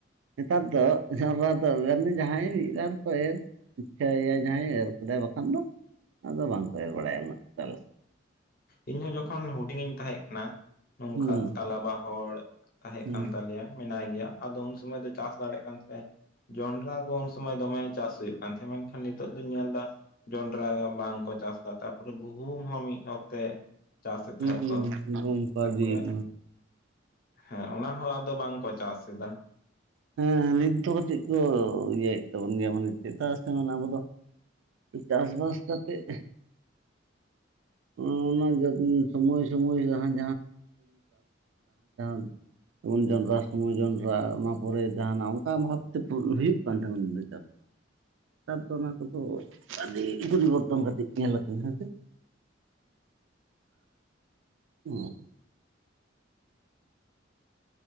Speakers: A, on the right; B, on the left.
A: ᱱᱮᱛᱟᱨ ᱫᱚ ᱡᱚᱸᱰᱨᱟ ᱫᱚ <unintelligible> ᱡᱟᱦᱟᱸᱭ ᱢᱤᱫ ᱵᱟᱨ ᱠᱚ ᱮᱨ᱾ ᱤᱪᱪᱷᱟᱹᱭ ᱮᱭᱟ ᱡᱟᱦᱟᱸᱭ ᱮᱨ ᱠᱮᱫᱟᱭ ᱵᱟᱠᱷᱟᱱ ᱫᱚ ᱟᱫᱚ ᱵᱟᱝ ᱠᱚ ᱮᱨ ᱵᱟᱲᱟᱭᱟ ᱩᱱᱟᱹᱜ ᱪᱟᱞᱮ
B: ᱤᱧᱦᱚᱸ ᱡᱚᱠᱷᱚᱱ ᱦᱩᱰᱤᱧ ᱤᱧ ᱛᱟᱦᱮᱸ ᱠᱟᱱᱟ ᱱᱚᱝᱠᱟ
A: ᱦᱩᱸ
B: ᱛᱟᱞᱟᱵᱟ ᱦᱚᱲᱼᱼ ᱛᱟᱦᱮᱸ
A: ᱦᱩᱸ
B: ᱠᱟᱱ ᱛᱟᱞᱮᱭᱟ ᱢᱮᱱᱟᱭ ᱜᱮᱭᱟ ᱟᱫᱚ ᱩᱱ ᱥᱚᱢᱚᱭ ᱫᱚ ᱪᱟᱥ ᱫᱟᱲᱮᱭᱟᱜ ᱠᱟᱱ ᱛᱟᱭᱟ ᱡᱚᱱᱰᱨᱟ ᱠᱚ ᱩᱱᱼᱼ ᱥᱚᱢᱚᱭ ᱫᱚᱢᱮ ᱪᱟᱥ ᱦᱩᱭᱩᱜ ᱠᱟᱱ ᱛᱟᱦᱮᱸᱫ ᱢᱮᱱ ᱠᱷᱟᱱ ᱱᱤᱛᱚᱜ ᱫᱚᱧ ᱧᱮᱞ ᱮᱫᱟ᱾ ᱡᱚᱱᱰᱨᱟ ᱵᱟᱝ ᱠᱚ ᱪᱟᱥᱫᱟ ᱛᱟᱨᱯᱚᱨᱮ ᱜᱩᱦᱩᱢ ᱦᱚᱸ ᱢᱤᱫ ᱚᱠᱛᱮᱼᱼ ᱪᱟᱥ ᱮᱫ
A: ᱦᱩᱸ
B: ᱛᱟᱦᱮᱸᱜ ᱠᱚ
A: ᱦᱩᱸ ᱚᱱᱠᱟ
B: ᱛᱟᱯᱚᱨᱮ
A: ᱫᱤᱱ
B: ᱦᱮᱸ ᱚᱱᱟ ᱦᱚᱸ ᱟᱫᱚ ᱵᱟᱝ ᱠᱚ ᱪᱟᱥ ᱮᱫᱟ
A: ᱦᱮᱸ ᱱᱤᱛ ᱫᱚ ᱠᱟᱹᱴᱤᱡ ᱠᱚ ᱤᱭᱟᱹᱭ ᱮᱫ ᱛᱟᱵᱚᱱ ᱜᱮᱭᱟ ᱢᱟᱱᱮ ᱪᱮᱫᱟᱜ ᱥᱮ ᱢᱟᱱᱮ ᱟᱵᱚ ᱫᱚᱼᱼ ᱪᱟᱥ ᱵᱟᱥ ᱠᱟᱛᱮᱜᱼᱼ
B: <inaudible>
A: ᱚᱱᱟ ᱥᱚᱢᱚᱭ ᱥᱚᱢᱚᱭ ᱡᱟᱦᱟᱸ <unintelligible> ᱩᱱ ᱡᱚᱸᱰᱨᱟ ᱥᱚᱢᱚᱭ ᱡᱚᱱᱰᱨᱟ <unintelligible> ᱯᱚᱨᱮ ᱡᱟᱦᱟᱱᱟᱜ ᱚᱱᱠᱟ ᱵᱷᱟᱵᱛᱮ ᱦᱩᱭᱩᱜ ᱠᱟᱱ ᱛᱟᱦᱮᱱᱟ ᱪᱟᱥᱼᱼ ᱱᱮᱛᱟᱨ ᱫᱚ ᱚᱱᱟ ᱠᱚᱫᱚ ᱟᱹᱰᱤ ᱯᱚᱨᱤᱵᱚᱨᱛᱚᱱ ᱠᱟᱹᱴᱤᱡ ᱧᱮᱞ ᱟᱠᱟᱱᱟ ᱦᱮᱸᱥᱮ
B: <inaudible>
A: <unintelligible>